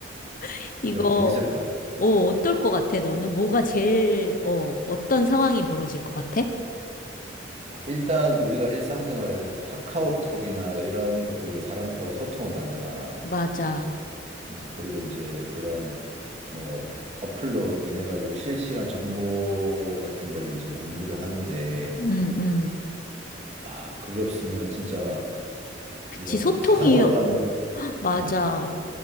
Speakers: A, on the left; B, on the right.
A: <laughs> 이거,
B: 그래, 재밌을 것 같아.
A: 어, 어떨 것 같아, 너는? 뭐가 제일, 어, 어떤 상황이 벌어질 것 같아?
B: 일단 우리가 일상생활에서 카카오톡이나 이런 것들로 사람들하고 소통을 하잖아.
A: 맞아.
B: 음, 그리고 이제 그런 뭐 어플로 인해 가지고 실시간 정보 같은 걸 이제 공유를 하는데
A: 음, 음.
B: 아 그게 없으면 진짜
A: 그치,
B: 이런
A: 소통이,
B: 세상 돌아가는
A: 맞아.
B: 음,